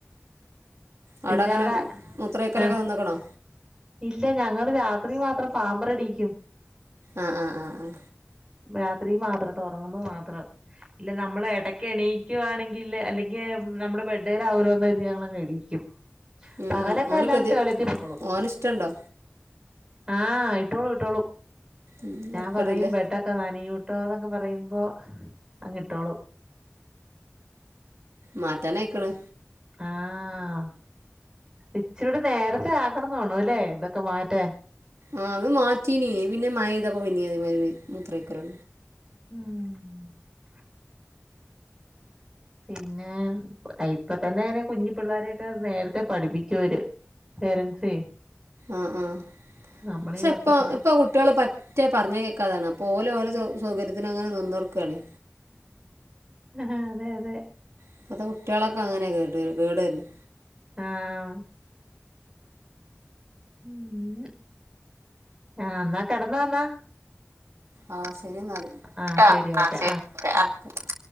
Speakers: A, on the right (about 15°); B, on the right (about 75°).
A: പിന്നെ
B: അവിടെങ്ങനെ
A: അവിടെ
B: മുത്രയ്ക്കലൊക്കെ
A: ആഹ്
B: നിന്ന്ക്ക്ണോ?
A: ഇല്ല ഞങ്ങള് രാത്രി മാത്രം പാമ്പറ് ഇടീക്കും.
B: ആഹ് ആഹ് അ ആഹ്
A: രാത്രി മാത്രട്ടോ ഒറങ്ങുമ്പം മാത്രം. ഇല്ലെ നമ്മളെട കെണീക്കുവാണെങ്കില് അല്ലെങ്കി നമ്മടെ ബെഡേലാവല്ലോന്ന് കരുതി ഞങ്ങളെണീക്കും.
B: ഉം
A: പകലൊക്കെ
B: ഉം ഓന്
A: അല്ലാണ്ട്
B: കതി
A: ടോയ്ളറ്റി പൊക്കോളും.
B: ഓന് ഇഷ്ടമുണ്ടോ
A: ആഹ് ഇട്ടോളൂ ഇട്ടോളും
B: ഉം
A: ഞാൻ
B: തരക്കേടില്ല
A: പറയും ബേട്ട ഒക്കെ നനയൂട്ടോ എന്നൊക്കെ പറയുമ്പോ അങ്ങിട്ടോളും.
B: മാറ്റാനായിക്ണ്.
A: ആഹ്. ഇച്ചിരൂടെ നേരത്തെ ആക്കണം തോന്നുണൂല്ലേ ഇതൊക്കെ മാറ്റാൻ.
B: ആഹ് അത് മാറ്റീനീ പിന്നെ മയയ്തപ്പൊ പിന്നീ അതേ മായ്രി മെൽ മുത്രയ്ക്കലൊ
A: ഉംഹ് പിന്നെ അയ് ഇപ്പ തന്നെ അയിന് കുഞ്ഞി പിള്ളോരെയൊക്കെ നേരത്തെ പഠിപ്പിക്കോര്. പേരൻസേ
B: ആഹ് ആഹ്.
A: നമ്മളെ
B: ക്ഷെ
A: എളുപ്പത്തിന്
B: പ്പം ഇപ്പ കുട്ടിയേള് പ റ്റേ പറഞ്ഞേ കേക്കാതാണ്. അപ്പോ ഓൽ ഓലെ സൗ സൗകര്യത്തിനങ്ങനെ നിന്നൊട്ക്കാണെ.
A: ആഹ് അതെ അതെ
B: ഇപ്പത്തെ കുട്ടിയേളൊക്കെ അങ്ങനെ കേട് കേടര്നെ
A: ആഹ് ഉം ആഹ് ന്നാ കെടന്നോന്നാ
B: ആഹ് സെരി ഇന്നാല്
A: ആഹ്
B: ട്ടോ
A: ശരി ഓക്കെ
B: ആഹ് ശെരി <unintelligible>